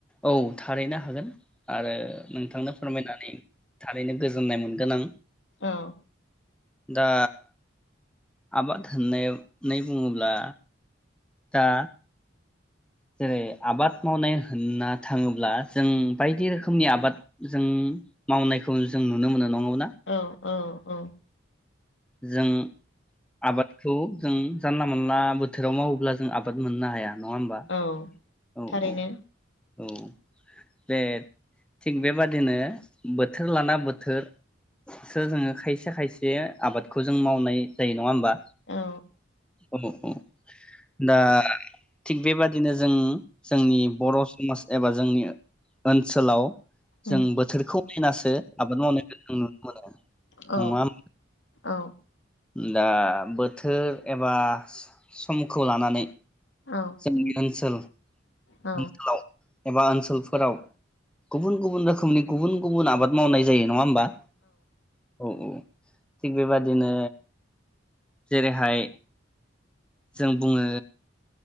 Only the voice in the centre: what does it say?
औ थारैनो हागोन आरो नोंथांनो फोरमायनानै थारैनो। गोजोननाय मोनगोन आं।
दा आबाद होनाय बुङोब्ला। दा जेरै आबाद मावनाय होनना थाङोब्ला जों बायदि रोखोमनि आबाद जों मावनायखौ जों नुनो मोनो नङा
जों आबादखौ जों जानला मोनानला बोथोराव मावोब्ला जों आबाद मोननो हाया। नङा होमबा?
औ
औ औ बे थिग बेबादिनो बोथोर लाना बो बोथोर सो जोङो खायसे खायसे आबादखौ जों मावनाय जायो नङा होमबा?
औ औ दा थिग बेबादिनो जों जोंनि बर' समाज एबा जोंनि ओनसोलाव
जों बोथोरखौ नायनासो आबाद मावनायखौ जों नुनो मोनो नङा होमबा?
दा बोथोर एबा समखौ लानानै
जोंनि ओनसोल ओनसोलाव
एबा ओनसोलफोराव गुबुन गुबुन रोखोमनि गुबुन गुबुन आबाद मावनाय जायो नङा होमबा? औ औ थिग बेबादिनो जेरैहाय जों बुङो